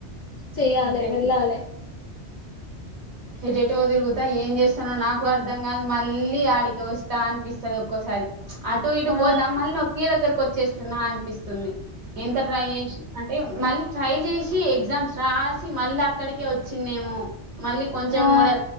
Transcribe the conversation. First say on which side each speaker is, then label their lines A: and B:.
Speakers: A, on the left (about 55°); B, on the right (about 65°).
A: చెయ్యాలే
B: అంతే
A: వెళ్ళాలే
B: ఎటు ఎటో తిరుగుతా ఏం చేస్తానో నాకు అర్ధం కాదు మళ్ళీ ఆడికి వస్తా అనిపిస్తుంది ఒక్కోసారి అటు ఇటు
A: ఆ
B: పోతా మళ్ళీ ఒకే దగ్గరకు వచ్చేస్తున్నా అనిపిస్తుంది ఎంత ట్రై చేసి అంటే మళ్ళీ ట్రై చేసి ఎగ్జామ్స్ రాసి మళ్ళీ అక్కడికే వచ్చిందేమో మళ్ళీ కొంచెం
A: ఆ
B: కూడా